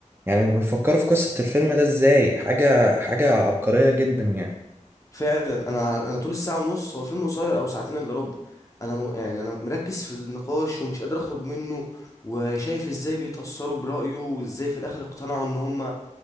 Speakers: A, on the right; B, on the left.
A: يعني بيفكروا في قصة الفيلم ده ازاي حاجة حاجة عبقرية جدا يعني
B: فعلا انا انا طول الساعه ونص هو فيلم قصير او ساعتين الا ربع انا م... يعني انا مركز في النقاش ومش قادر اخرج منه وشايف ازاي بيتاثروا برايه وازاي في الاخر اقتنعوا ان هم